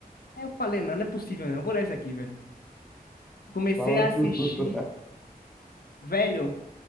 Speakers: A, on the left (about 75°); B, in the centre.
A: Aí eu falei, não, não é possível, não. Eu Vou ler isso aqui, velho. Comecei
B: fala
A: a assistir.
B: tu. <laughs>
A: Velho,